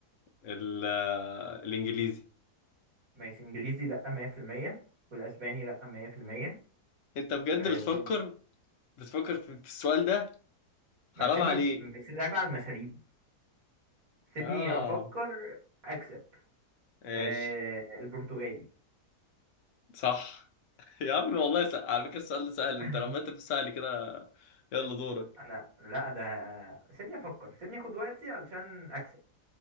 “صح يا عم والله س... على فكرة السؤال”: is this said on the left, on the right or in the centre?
Left